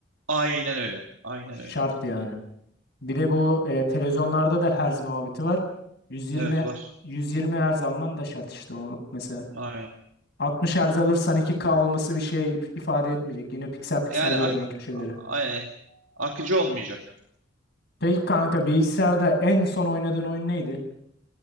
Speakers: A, on the right; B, on the left.
A: Aynen öyle. Aynen
B: Şart
A: öyle.
B: yani. Bir de bu e, televizyonlarda da herz muhabbeti var. 120
A: Evet var.
B: 120 herz alman da şart işte o mesela.
A: Aynen.
B: 60 herz alırsan 2K olması bir şey if- ifade etmeyecek. Yine piksel piksel
A: Yani
B: göreceksin
A: ak
B: köşeleri.
A: ay- akıcı olmayacak.
B: Peki kanka bilgisayarda en son oynadığın oyun neydi?